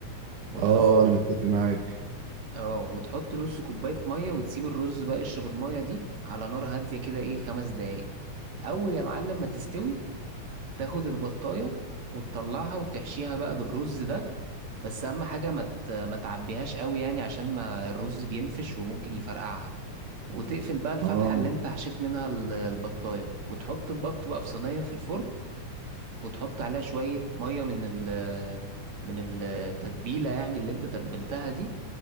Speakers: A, on the right; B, on the right.
A: وتحط
B: اه انا متفق معاك
A: اه وتحط نص كوباية مية وتسيب الرز بقى يشرب المية دي على نار هادية كده ايه خمس دقايق أول يا معلم ما تستوي تاخد البطاية وتطلعها وتحشيها بقى بالرز ده بس أهم حاجة ما ت- ما تعبيهاش قوي يعني عشان ما الرز بينفش وممكن يفرقعها وتقفل بقى الفتحة
B: اه
A: اللي انت حشيت منها ال- البطاية وتحط البط بقى في صينية في الفرن وتحط عليها شوية مية من ال من التتبيلة يعني اللي انت تبلتها دي